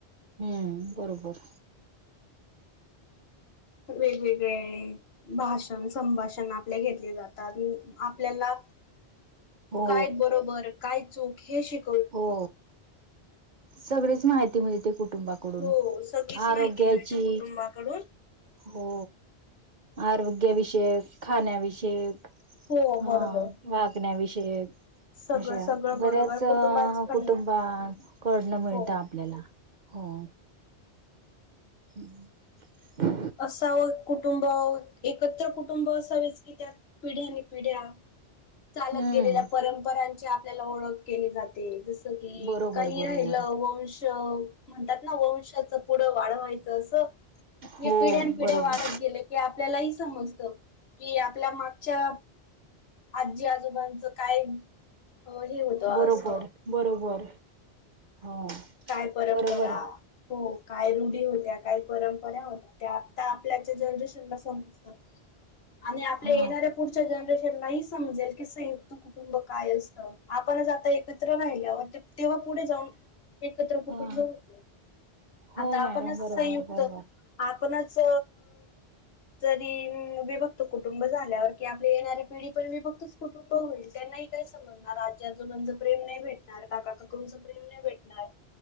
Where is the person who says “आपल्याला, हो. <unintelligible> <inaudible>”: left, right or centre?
Right